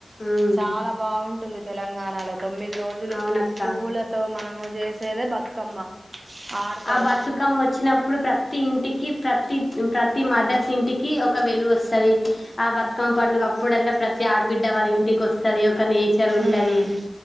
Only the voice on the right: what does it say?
చాలా బాగుంటుంది తెలంగాణలో తొమ్మిది రోజులు
పువ్వులతో మనము జేసేదే బతుకమ్మ ఆడతారు
ఉమ్